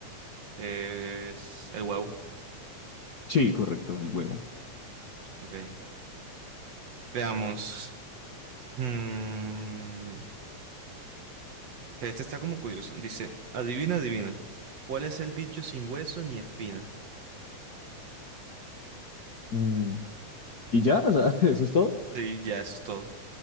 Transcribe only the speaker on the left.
Sí, correcto, el huevo.
Mm, Y ya, o sea, <laughs> eso es todo.